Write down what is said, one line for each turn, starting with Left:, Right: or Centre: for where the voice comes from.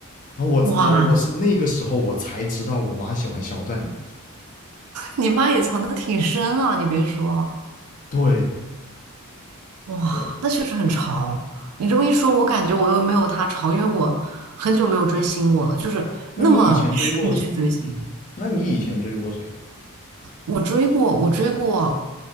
Left: 然后我，
Right: 哇，
Left: 然后我是那个时候我才知道我妈喜欢肖战的。
Right: 你妈也藏得挺深啊，你别说，
Left: 对，
Right: 哇，
Left: 哦，
Right: 那确实很潮。你这么一说，我感觉我又没有她潮，因为我很久没有追星过了，就是那么痴迷的去追星。
Left: 那你以前追过那你以前追过谁啊？
Right: 我追过，我追过，